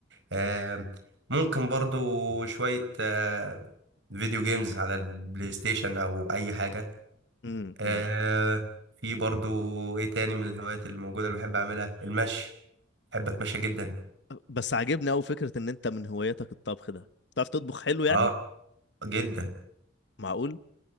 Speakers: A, on the right; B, on the left.
A: آه، ممكن برضو شوية آه، فيديو جيمز على البلاي ستيشن أو أي حاجة
B: امم
A: آه، في برضو إيه تاني من الهوايات اللي موجودة اللي بحب أعملها المشي بحب أتمشى جدا
B: بس عاجبني قوي فكرة ان انت من هواياتك الطبخ ده بتعرف تطبخ حلو يعني
A: أه جدا
B: معقول